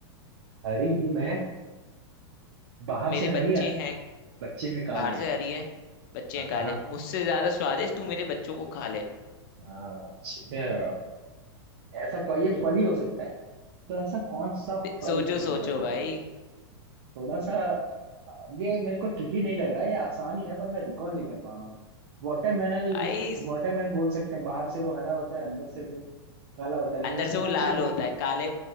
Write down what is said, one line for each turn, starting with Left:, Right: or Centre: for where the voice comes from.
Right: हरी हूँ मैं बाहर
Left: मेरे
Right: से हरी
Left: बच्चे
Right: यार
Left: हैं
Right: बच्चे हैं काले
Left: बाहर से आ रही है बच्चे
Right: हाँ
Left: हैं काले
Right: हाँ
Left: मुझसे ज्यादा स्वादिष्ट तू मेरे बच्चों को खा ले
Right: हाँ, अच्छा ऐसा कोई ये फल ही हो सकता है तो ऐसा कौन सा
Left: दे-
Right: फल
Left: सोचो
Right: होगा
Left: सोचो
Right: ये
Left: भाई
Right: थोड़ा सा अ, ये मेरे को ट्रिकी नहीं लग रहा है ये आसान ही है पर मैं रिकॉल नहीं कर पा रहा हूँ वाटरमेलन
Left: भाई स-
Right: वाटरमेलन बोल सकते हैं बाहर से वो हरा होता है अंदर से वो काला होता है लेकिन
Left: अंदर
Right: उसके
Left: से
Right: बच्चे
Left: वो लाल
Right: को नहीं
Left: होता है काले